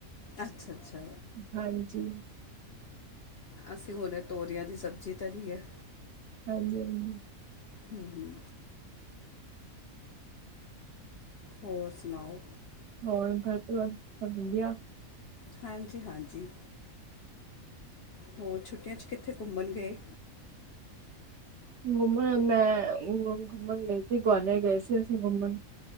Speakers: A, on the left; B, on the right.
A: ਅੱਛਾ, ਅੱਛਾ
B: ਹਾਂਜੀ
A: ਅਸੀਂ ਹੁਣੇ ਤੋਰੀਆਂ ਦੀ ਸਬਜ਼ੀ ਧਰੀ ਹੈ।
B: ਹਾਂਜੀ-ਹਾਂਜੀ
A: ਹਮ, ਹਮ ਹੋਰ ਸੁਣਾਓ?
B: ਹੋਰ ਘਰ ਸਭ ਵਧੀਆ
A: ਹਾਂਜੀ- ਹਾਂਜੀ। ਹੋਰ ਛੁੱਟੀਆਂ 'ਚ ਕਿੱਥੇ ਘੁੰਮਣ ਗਏ?
B: ਘੁੰਮਣ ਮੈਂ, ਘੁੰਮਣ ਗਈ ਸੀ ਗਵਾਲੀਅਰ ਗਏ ਸੀ ਅਸੀਂ ਘੁੰਮਣ।